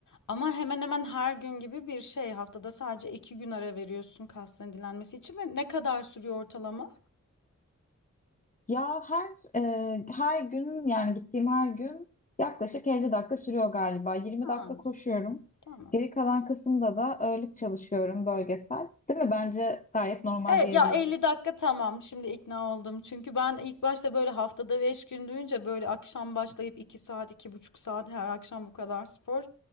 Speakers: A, on the left; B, on the left.
A: Ama hemen hemen her gün gibi bir şey. Haftada sadece iki gün ara veriyorsun kasların dinlenmesi için ve ne kadar sürüyor ortalama?
B: Ya her e, her gün yani gittiğim her gün yaklaşık 50 dakika sürüyor galiba. 20
A: Ha,
B: dakika koşuyorum.
A: tamam.
B: Geri kalan kısımda da ağırlık çalışıyorum bölgesel. Değil mi? Bence gayet normal
A: Evet
B: diyebiliriz.
A: ya Ee, 50 dakika tamam şimdi ikna oldum. Çünkü ben ilk başta böyle haftada 5 gün duyunca böyle akşam başlayıp 2 saat iki buçuk saat her akşam bu kadar spor.